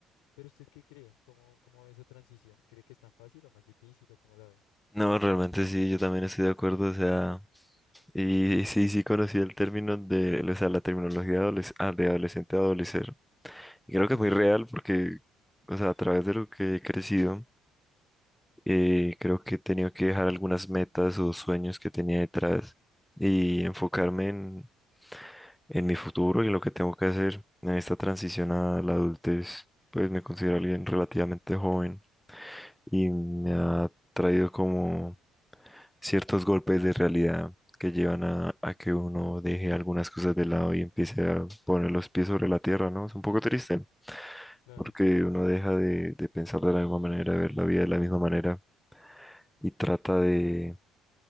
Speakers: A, on the left; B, in the centre.
A: Pero ¿usted qué cree? ¿Cómo, cómo ve esa transición? ¿Cree que es tan fácil o más difícil o cómo la ve?
B: No, realmente sí, yo también estoy de acuerdo, o sea, y sí, sí conocí el término de, o sea, la terminología de, adoles- ah, de adolescente a adolecer. Y
A: Ok,
B: creo que es muy real porque, o sea, a través de lo que he crecido, eh, creo que he tenido que dejar algunas metas o sueños que tenía detrás y enfocarme en, en mi futuro y en lo que tengo que hacer en esta transición a la adultez. Pues me considero alguien relativamente joven. y me ha traído como ciertos golpes de realidad que llevan a, a que uno deje algunas cosas de lado y empiece a poner los pies sobre la tierra, ¿no? Es un poco triste
A: claro,
B: porque uno deja de, de pensar de la misma manera, de ver la vida de la misma manera y trata de,